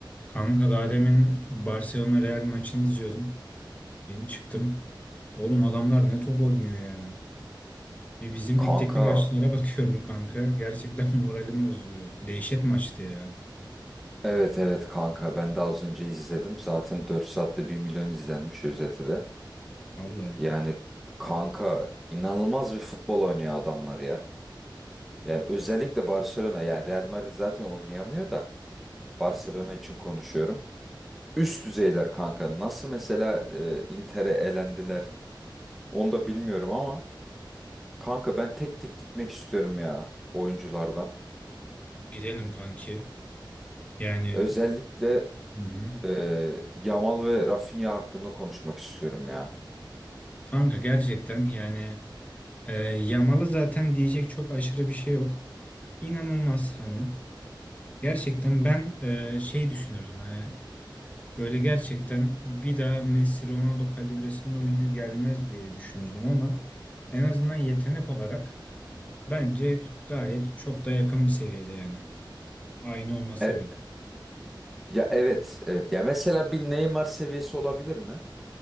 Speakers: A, on the left; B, in the centre.
A: Kanka daha demin Barcelona Real maçını izliyordum. Yeni çıktım. Oğlum adamlar ne top oynuyor ya. Bir bizim
B: Kanka
A: ligdeki maçlara bakıyorum kanka. Gerçekten <laughs> moralim bozuluyor. Dehşet maçtı ya.
B: evet evet kanka ben de az önce izledim. Zaten 4 saatte bir milyon izlenmiş özeti de.
A: Vallahi.
B: Yani kanka inanılmaz bir futbol oynuyor adamlar ya. Yani özellikle Barcelona yani Real Madrid zaten oynayamıyor da Barcelona için konuşuyorum. Üst düzeyler kanka. Nasıl mesela e, Inter'e elendiler onu da bilmiyorum ama kanka ben tek tek gitmek istiyorum ya oyunculardan.
A: Gidelim kanki. Yani
B: Özellikle
A: hı hı.
B: e, Yamal ve Rafinha hakkında konuşmak istiyorum ya.
A: Kanka gerçekten yani e, Yamal'a zaten diyecek çok aşırı bir şey yok. İnanılmaz hani. Gerçekten ben e, şey düşünürdüm hani Böyle gerçekten bir daha Messi Ronaldo kalibresinde oyuncu gelmez diye düşünürdüm ama en azından yetenek olarak bence gayet çok da yakın bir seviyede yani. Aynı olmasa
B: E,
A: bile.
B: Ya evet, evet. Ya mesela bir Neymar seviyesi olabilir mi?